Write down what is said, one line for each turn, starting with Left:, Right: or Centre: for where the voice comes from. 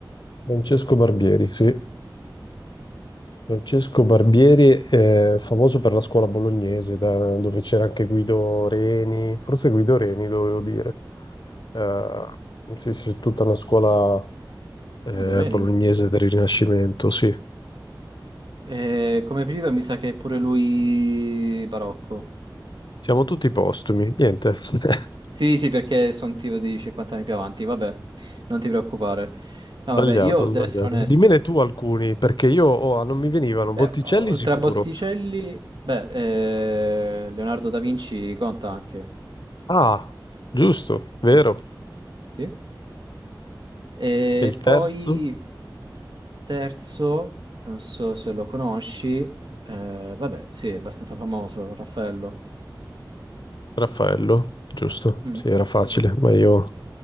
Left: Francesco Barbieri, sì. Francesco Barbieri è famoso per la scuola bolognese, da- dove c'era anche Guido Reni, forse Guido Reni dovevo dire. Eh, sì, sì, tutta una scuola eh,
Right: Guido Reni?
Left: bolognese del Rinascimento, sì.
Right: Eh, come periodo mi sa che è pure lui barocco.
Left: Siamo tutti postumi, niente. <laughs>
Right: Sì, sì, perché sono tipo di 50 anni più avanti, vabbè, non ti preoccupare. No,
Left: Sbagliato,
Right: vabbè, io
Left: sbagliato.
Right: devo essere onesto.
Left: Dimmene tu alcuni, perché io oh, ah, non mi venivano.
Right: Beh,
Left: Botticelli
Right: oltre
Left: sicuro.
Right: a Botticelli, beh, eh, Leonardo da Vinci conta anche.
Left: Ah, giusto, vero.
Right: Sì, sì. E
Left: E il terzo?
Right: poi terzo, non so se lo conosci, eh, vabbè, sì, è abbastanza famoso, Raffaello.
Left: Raffaello, giusto?
Right: Mm.
Left: Sì, era facile, ma io